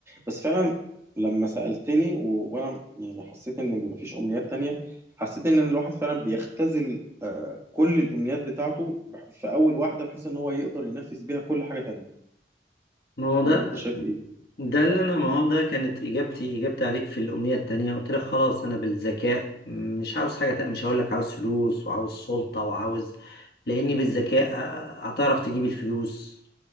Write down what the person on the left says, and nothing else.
ما هو
ده
ده اللي انا ما هو ده كانت اجابتي اجابتي عليك في الامنية التانية قلت لك خلاص انا بالذكاء مش عاوز حاجة تانية مش هقول لك عاوز فلوس وعاوز سلطة وعاوز لاني بالذكاء هتعرف تجيب الفلوس